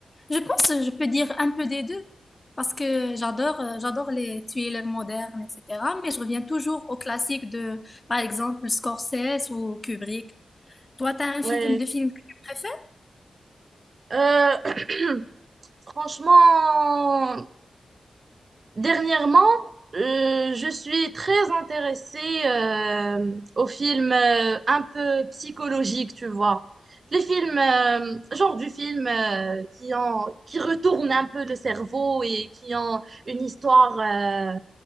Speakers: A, on the left; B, on the right.
A: je pense que je peux dire un peu des deux, parce que j'adore euh, j'adore les thrillers modernes, etc. Mais je reviens toujours aux classiques de, par exemple, Scorsese ou Kubrick. Toi, t'as un
B: Ouais.
A: film de films que tu préfères?
B: Euh, <clears throat> franchement, dernièrement, euh, je suis très intéressée euh, aux films euh, un peu psychologiques, tu vois. Les films, euh, genre du film euh, qui ont, qui retournent un peu le cerveau et qui ont une histoire euh,